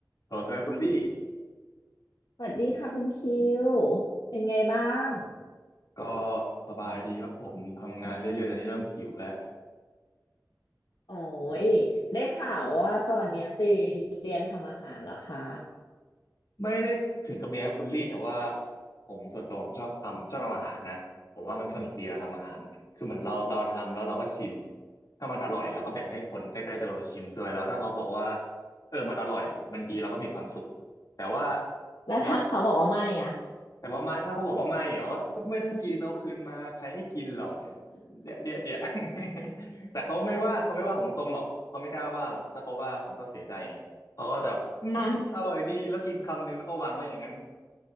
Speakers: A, on the left; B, on the left.
A: โหลสวัสดีคุณลี่
B: สวัสดีค่ะคุณคิว เป็นไงบ้าง
A: ก็สบายดีครับผมทำงานเรื่อยๆตอนนี้เริ่มหิวแล้ว
B: โอ้ย ได้ข่าวว่าตอนเนี้ยไปเรียนทำอาหารเหรอคะ
A: ไม่ได้ถึงกับเลี้ยงคุณลี่แต่ว่าผมส่วนตัวผมชอบทำชอบทำอาหารนะผมว่ามันสนุกดีเราทำอาหารคือเหมือนเราเราทำแล้วเราก็ชิมถ้ามันอร่อยเราก็แบ่งให้คนใกล้ๆตัวเราชิมด้วยแล้วถ้าเขาบอกว่าเออมันอร่อยมันดีเราก็มีความสุขแต่ว่า
B: แล้วถ้าเขาบอกว่าไม่อ่ะ
A: แต่ว่า แต่ว่าไม่ถ้าเขาบอกว่าไม่เหรอก็ก็ไม่ต้องกินเอาคืนมาใครให้กินเราเนี่ยเดี๋ยวเดี๋ยวเดี๋ยว <laughs> แต่เขาไม่ว่าเขาไม่ว่าผมตรงหรอกเขาไม่กล้าว่าหรอกถ้าเขาว่าผมก็เสียใจไงเขาก็จะแบบอืมอืมอร่อยดีแล้วกินคำนึงแล้วก็วางไว้อย่างนั้น
B: <laughs> อ่ะ